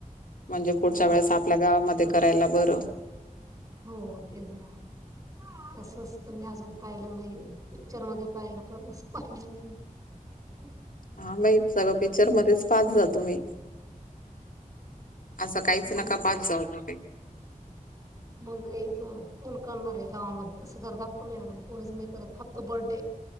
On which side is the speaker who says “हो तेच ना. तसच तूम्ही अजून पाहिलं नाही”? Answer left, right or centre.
Right